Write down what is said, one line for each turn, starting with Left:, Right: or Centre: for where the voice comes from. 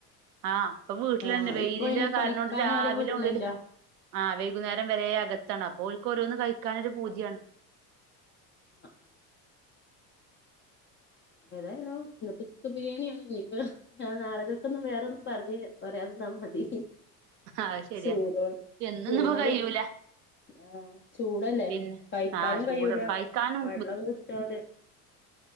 Right: ആഹ് അപ്പൊ വീട്ടിലന്നെ
Left: ആഹ്
Right: വെയിലിന്റെ
Left: ഇപ്പൊ അയിന്
Right: കാരണം
Left: കളിക്കാൻ
Right: കൊണ്ട് രാവിലെ
Left: ഓരെ വിടണില്ല
Right: മൊതല് ആഹ് വൈകുന്നേരം വരെ അകത്താണ് അപ്പോ ഒരിക്ക് ഓരോന്ന് കഴിക്കാനൊരു പൂതിയാണ്
Left: ആഹ് ആഹ് ഏതായാലും ഇന്നിപ്പം ചിക്കൻ ബിരിയാണിയാണ് ഇനിപ്പ ആഹ് നാടകക്കൊന്നും വേറൊന്നും പറഞ്ഞില്ല പറയാതിരുന്നാ മതി
Right: അത് ശരിയാ
Left: ചൂടോട്
Right: എന്നൊന്നും
Left: ചൂടോട്
Right: കഴിയൂല
Left: ആഹ് ചൂടല്ലേ
Right: പിന്നെ
Left: കഴിക്കാനും
Right: ആഹ് ചൂട്
Left: കഴൂല
Right: കഴിക്കാനും
Left: വെള്ളം കുച്ചോടെ